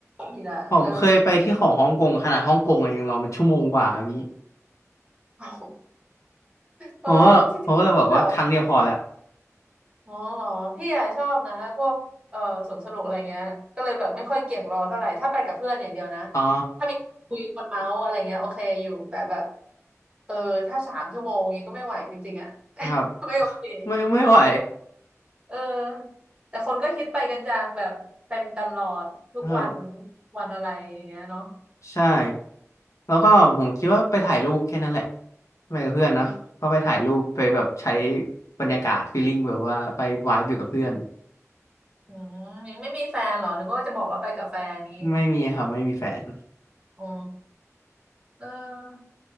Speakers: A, on the right; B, on the left.
A: ผิดอ่ะเออ
B: ผมเคยไปที่ของฮ่องกงขนาดฮ่องกงอะยังรอเป็นชั่วโมงกว่าอะพี่
A: <laughs> เอาเออที่ที่แบบว่า
B: ผมก็ผมก็เลยบอกว่าครั้งเดียวพอละ
A: อ๋อเหรอพี่อะชอบนะพวกเอ่อสวนสนุกอะไรเงี้ย ก็เลยแบบไม่ค่อยเกี่ยงรอเท่าไหร่ ถ้าไปกับเพื่อนอย่างเดียวนะ
B: อ๋อ
A: ถ้ามีคุยคนเมาส์อะไรเงี้ยโอเคอยู่ แต่แบบเออถ้าสามชั่วโมงงี้ก็ไม่ไหวจริงๆอ่ะ
B: ครับ
A: <laughs> ไม่โอเค
B: <laughs> ไม่ไม่ไหว
A: เออแต่คนก็คิดไปกันจังแบบเต็มตลอดทุกวัน
B: ครับ
A: วันอะไรอย่างเงี้ยเนาะ
B: ใช่แล้วก็ผมคิดว่าไปถ่ายรูปแค่นั้นแหละไปกับเพื่อนนะก็ไปถ่ายรูปไปแบบใช้
A: อืม
B: บรรยากาศฟีลลิ่งแบบว่าไปวายอยู่กับเพื่อน
A: อืมยังไม่มีแฟนเหรอนึกว่าจะบอกว่าไปกับแฟนนี้
B: ไม่มีครับไม่มีแฟน
A: อ๋อเออ